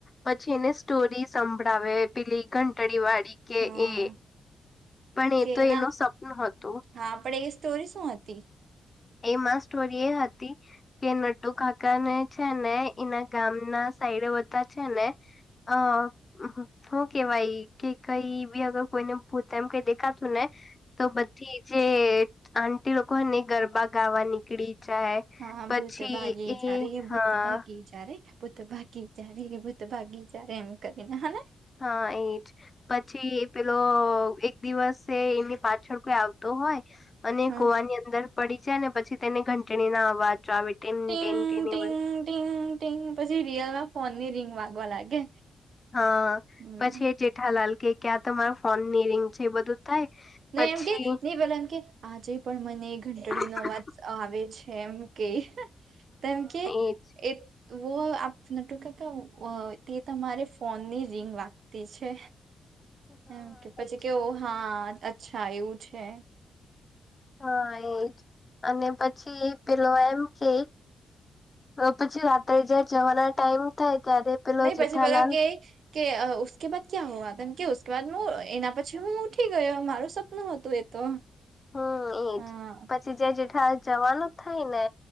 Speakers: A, on the left; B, on the right.
A: પછી એને સ્ટોરી સંભળાવે પેલી ઘંટડી વાળી કે
B: હા
A: એ પણ એ
B: કે
A: તો
B: ના
A: એનું સપનું હતું
B: હા પણ એ સ્ટોરી શું હતી
A: એમાં સ્ટોરી એ હતી કે નટુકા કા ને છે ને ઈના ગામ ના સાઈડે બધા છે ને અ શું કેવાય કે કઈ બી અગર કોઈને ભૂત એમ કઈ દેખાતું ને તો બધી જે આંટી લોકો હોય ને એ ગરબા ગાવા નીકળી જાય
B: હા
A: પછી
B: ભૂત ભાગી
A: એ
B: જા રે
A: હા
B: ભૂત ભાગી જ રે ભૂત ભાગી જા રે ભૂત ભાગી જારે એમ કરી ને હ ને
A: હા ઈ જ પછી એ પેલો એક દિવસે ઈ ની પાછળ કોઈ આવ તો હોય અને
B: હમ
A: કુવાની અંદર પડી જાય અને પછી તેને ઘંટણી ના અવાજો આવે ટીન
B: ટીંગ
A: ટીન ટીન
B: ટીંગ
A: એવું
B: ટીંગ ટીંગ પછી રિયલમાં ફોનની રીંગ વાગવા લાગે
A: હા
B: હમ
A: પછી એ જેઠાલાલ કે કે આ તો મારાં ફોન ની રિંગ છે એ બધું થાય
B: ને
A: પછી
B: એમ કે નહી પેલા એમ કે આજે પણ મને ઘંટડીનો
A: હા
B: અવાજ આવે છે એમ કે તો એમ કે
A: એજ
B: એ વો આપ નટુકાકા અઅઅ તે તમારે ફોનની રિંગ વાગતી છે
A: હા
B: ને એમ કે પછી
A: એ
B: કે ઓ હા અચ્છા એવું છે
A: હા એ જ અને પછી પેલો એમ કે અને પછી રાત્રે જયારે જવાના ટાઈમ થાય ત્યારે પેલો
B: નહી
A: જેઠાલાલ
B: પછી પેલો કે કે અઅ ઉસકે બાદ ક્યાં હુઆ તો એમકે ઉસકે બાદ મું એના પછી હું ઉઠી ગયો મારો સપ નું હતું એ તો
A: હમ ઈ
B: હા
A: જ પછી જે જેઠાલાલ જવાનું થાય ને